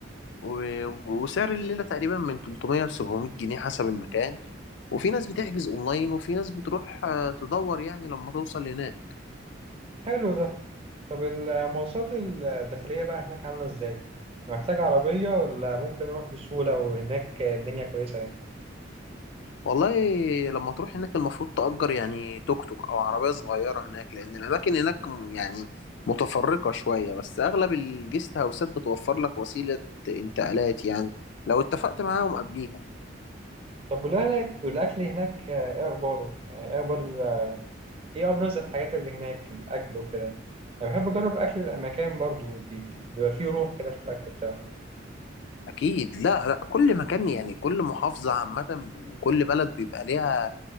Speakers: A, on the left (about 65°); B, on the right (about 30°).
A: و... وسعر الليلة تقريبا من 300 ل 700 جنيه حسب المكان وفي ناس بتحجز اونلاين وفي ناس بتروح آه، تدور يعني لما توصل هناك
B: حلو ده طب المواصلات الداخلية بقى هناك عاملة إزاي؟ محتاج عربية ولا ممكن أروح بسهولة وهناك الدنيا كويسة يعني؟
A: والله لما تروح هناك المفروض تأجر يعني توك توك او عربية صغيرة هناك لان الاماكن هناك م- يعني متفرقة شوية بس اغلب الجيست هاوسات بتوفر لك وسيلة انتقالات يعني لو اتفقت معاهم قبليها
B: طب والأكل والأكل هناك إيه أخباره؟ يعني إيه أخبار إيه أبرز الحاجات اللي هناك الأكل وكده؟ أنا بحب أجرب أكل المكان برضو بيدي- بيبقى فيه روح كده في الأكل بتاعه
A: اكيد لا لا كل مكان يعني كل محافظة عامة كل بلد بيبقى ليها